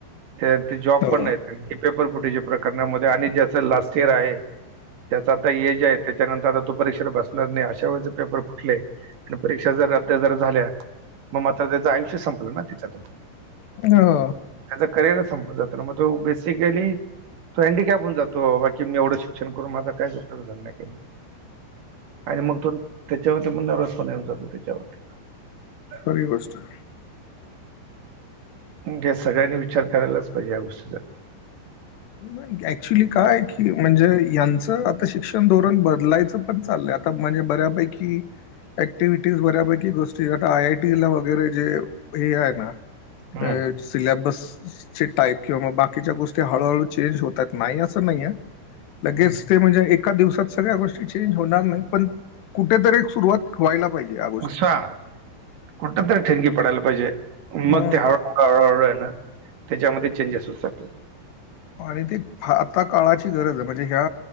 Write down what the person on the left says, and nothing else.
हो.
हो
खरी गोष्ट आहे
नाही ते ऍक्च्युली काय की म्हणजे यांचं आता शिक्षण धोरण बदलायचं, पण चाललंय आता म्हणजे बऱ्यापैकी ऍक्टिव्हिटीज बऱ्यापैकी गोष्टी आता आय आय टी ला वगैरे जे हे आहे ना
काय सिल्याबस सची टाईप किंवा बाकीच्या गोष्टी हळूहळू चेंज होतात नाही अस नाहीये लगेच,
ते म्हणजे एका दिवसात सगळ्या गोष्टी चेंज होणार नाहीत पण कुठेतरी सुरुवात व्हायला पाहिजे या गोष्टीची,
हं
आणि ते फा आता काळाची गरज आहे म्हणजे ह्या..